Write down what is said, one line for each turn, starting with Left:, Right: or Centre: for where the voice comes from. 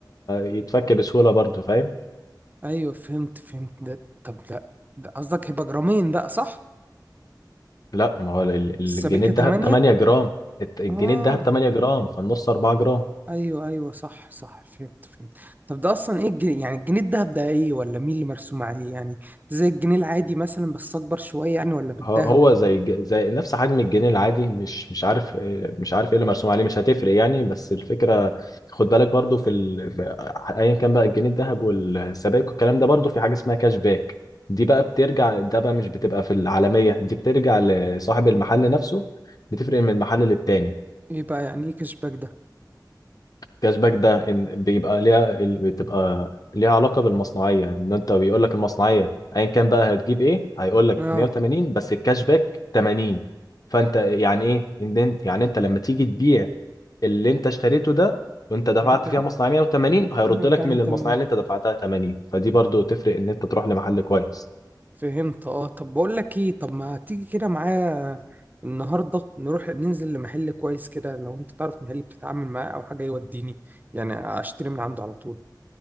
Left: فيتفك بسهولة برضو فاهم
Right: ايوه فهمت فهمت ده طب ده ده قصدك هيبقى جرامين بقى صح
Left: لا ما هو ال- ال-
Right: السبيكه
Left: الجنيه الدهب
Right: 8
Left: 8 جرام الت- الجنيه
Right: اه
Left: الدهب 8 جرام فالنص 4 جرام
Right: ايوه ايوه صح صح فهمت فهمت طب ده اصلا ايه الجنيه يعني الجنيه الدهب ده ايه ولا مين اللي مرسوم عليه يعني زي الجنيه العادي مثلا بس اكبر شويه يعني ولا بالدهب
Left: هو هو زي الج- زي نفس حجم الجنيه العادي مش مش عارف مش عارف ايه اللي مرسوم عليه مش هتفرق يعني بس الفكره خد بالك برضو في ال... في- ايا كان بقى الجنيه الذهب والسبائك والكلام ده برضو في حاجه اسمها كاش باك دي بقى بترجع ده بقى مش بتبقى في العالميه دي بترجع لصاحب المحل نفسه بتفرق من محل للتاني
Right: ايه بقى يعني ايه كشباك ده
Left: كاش باك ده إن بيبقى ليها ال- بتبقى ليها علاقه بالمصنعيه ان انت بيقول لك المصنعيه ايا كان بقى هتجيب ايه هيقول لك
Right: اه
Left: 180 بس الكاش باك 80 فانت يعني ايه إن إن- يعني انت لما تيجي تبيع اللي انت اشتريته ده وانت دفعت
Right: نرجع
Left: فيها مصنعيه 180 هيرد
Right: نرجع
Left: لك من
Right: لي تمام
Left: المصنعيه اللي انت دفعتها 80 فدي برضو تفرق ان انت تروح لمحل كويس
Right: فهمت اه طب بقول لك ايه طب ما تيجي كده معايا النهارده نروح ننزل لمحل كويس كده لو انت تعرف محل بتتعامل معاه او حاجه يوديني يعني اشتري من عنده على طول